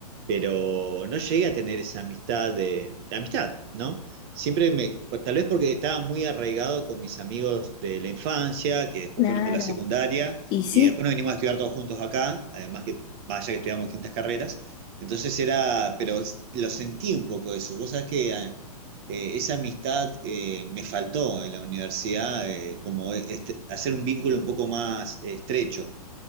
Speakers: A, on the right; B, on the left.
A: pero no llegué a tener esa amistad de, de amistad, ¿no? Siempre me, pues, tal vez porque estaba muy arraigado con mis amigos de la infancia, que después
B: Claro.
A: fueron de la secundaria,
B: Y sí.
A: y después nos vinimos a estudiar todos juntos acá, además que, vaya que estudiamos distintas carreras. Entonces era, pero lo sentí un poco eso. Vos sabés que ah, eh, esa amistad eh, me faltó en la universidad, eh, como este- hacer un vínculo un poco más eh, estrecho.